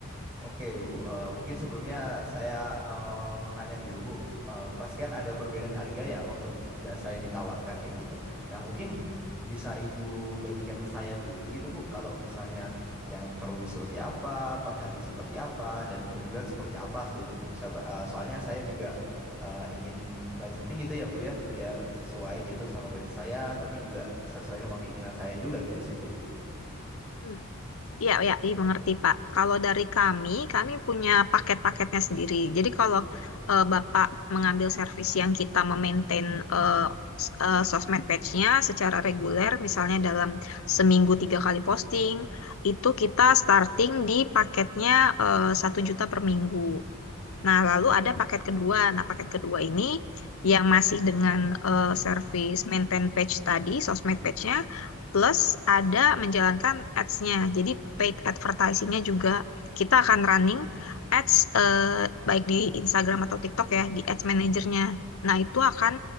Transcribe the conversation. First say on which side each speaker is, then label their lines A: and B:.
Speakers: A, in the centre; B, on the left.
A: Oke, Bu. Eh, mungkin sebelumnya saya eh, mau tanya dulu, Bu. Eh, pasti kan ada perbedaan harga ya untuk jasa yang ditawarkan kayak gitu. Nah, mungkin bisa Ibu bagikan ke saya dulu gitu, Bu. Kalau misalnya yang per week seperti apa, per hari seperti apa, dan per bulan seperti apa seperti itu, Bu. Sapa- eh, soalnya saya juga eh, ingin budgeting gitu ya, Bu ya, biar sesuai gitu sama budget saya, tapi juga sesuai sama keinginan saya juga gitu sih, Bu.
B: Hmm. Iya, ya, dimengerti, Pak. Kalau dari kami, kami punya paket-paketnya sendiri. Jadi kalau eh, Bapak mengambil servis yang kita memaintain eh, s- eh, sosmed page-nya secara reguler, misalnya dalam seminggu tiga kali posting, itu kita starting di paketnya eh, satu juta per minggu. Nah, lalu ada paket kedua. Nah, paket kedua ini yang masih dengan eh, service maintain page tadi, sosmed page-nya, plus ada menjalankan ads-nya. Jadi paid advertising-nya juga kita akan running ads eh, baik di Instagram atau TikTok ya, di ads manajernya. Nah, itu akan